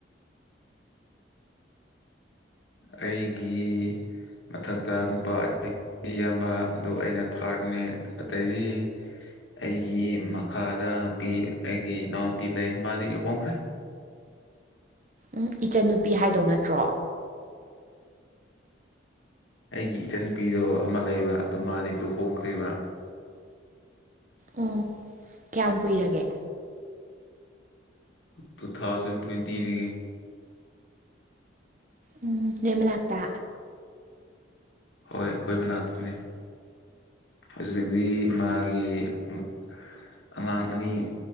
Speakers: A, on the left; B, on the right.
A: ꯑꯩꯒꯤ ꯃꯊꯛꯇ ꯅꯨꯄꯥ ꯏꯌꯥꯝꯕ ꯑꯗꯨ ꯑꯩꯅ ꯊꯥꯔꯠꯅꯦ ꯑꯗꯩꯩꯗꯤ ꯑꯩꯒꯤ ꯃꯈꯥꯗ ꯅꯨꯄꯤ ꯑꯩꯒꯤ ꯏꯅꯥꯎ ꯅꯨꯨꯄꯤ ꯂꯩ ꯃꯥꯗꯤ ꯂꯨꯍꯣꯡꯈ꯭ꯔꯦ꯫
B: ꯎꯝ ꯏꯆꯟꯅꯨꯄꯤ ꯍꯥꯏꯗꯧ ꯅꯠꯇ꯭ꯔꯣ꯫
A: ꯑꯩꯒꯤ ꯏꯆꯟꯅꯨꯄꯤꯗꯣ ꯑꯃ ꯂꯩꯕ ꯑꯗꯨ ꯃꯥꯗꯤ ꯂꯨꯍꯣꯡꯈ꯭ꯔꯤꯕ꯫
B: ꯑꯣ ꯀꯌꯥꯝ ꯀꯨꯏꯔꯒꯦ꯫
A: ꯇꯨ ꯊꯥꯎꯖꯟ ꯇ꯭ꯋꯦꯟꯇꯤꯗꯒꯤ꯫
B: ꯑꯣ ꯅꯣꯏ ꯃꯅꯥꯛꯇ꯫
A: ꯍꯣꯏ ꯑꯩꯈꯣꯏ ꯃꯅꯥꯛꯇꯅꯦ꯫ ꯍꯧꯖꯤꯛꯇꯤ ꯃꯥꯒꯤ ꯎꯝ꯫ ꯑꯉꯥꯡ ꯑꯅꯤ